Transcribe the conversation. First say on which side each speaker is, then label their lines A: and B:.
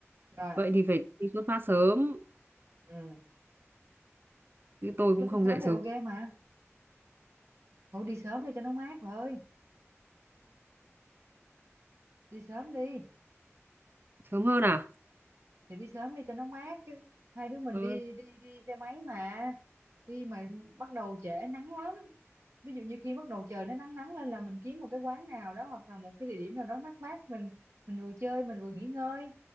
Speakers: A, on the right; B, on the right.
A: rồi
B: Vậy thì phải đi xuất phát sớm,
A: ừ.
B: chứ tôi cũng
A: xuất
B: không
A: phát sớm
B: dậy
A: thì
B: sớm
A: ok mà thôi đi sớm đi cho nó mát bà ơi đi sớm đi
B: sớm hơn à?
A: thì đi sớm đi cho nó mát chứ hai đứa mình
B: Ờ,
A: đi đi đi xe máy mà đi mà bắt đầu trễ nắng lắm ví dụ như khi bắt đầu trời nó nắng nắng lên là mình kiếm một cái quán nào đó hoặc là một cái địa điểm nào đó mát mát mình mình vừa chơi mình vừa nghỉ ngơi